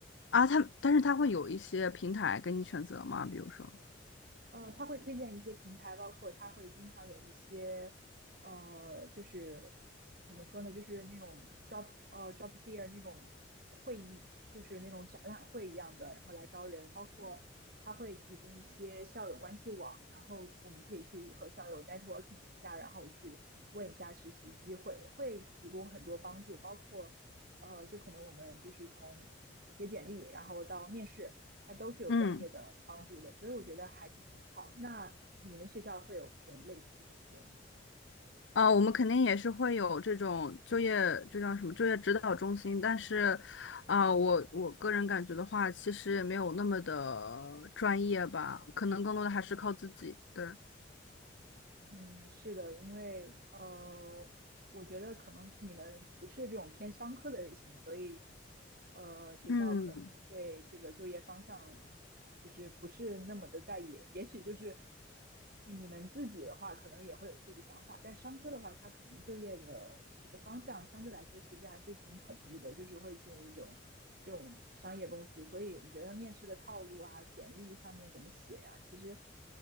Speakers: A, on the left (about 85°); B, on the right (about 55°).
A: 啊？他，但是他会有一些平台给你选择吗？比如说，
B: 呃，他会推荐一些平台，包括他会经常有一些，呃，就是怎么说呢，就是那种 job 呃 job fair 那种会议，就是那种展览会一样的，然后来招人。包括他会提供一些校友关系网，然后我们可以去和校友 networking 一下，然后去问一下实习机会，会提供很多帮助，包括呃，就可能我们就是从写简历，然后到面试。它都是有专业的帮助的，
A: 嗯，
B: 所以我觉得还是挺好。那你们学校会有这种类似的这种吗？
A: 啊，我们肯定也是会有这种就业，就叫什么就业指导中心，
B: 嗯
A: 但是，啊，我我个人感觉的话，其实也没有那么的专业吧，可能更多的还是靠自己。对，
B: 嗯，是的，因为呃，我觉得可能你们不是这种偏商科的类型，所以呃，学校可能对这个就业方向
A: 嗯，
B: 就是不是那么的在意。也许就是你们自己的话，可能也会有自己的想法，但商科的话，它可能就业的这个方向相对来说其实还是挺统一的，就是会进一种这种商业公司。所以我觉得面试的套路啊、简历上面怎么写呀、其实。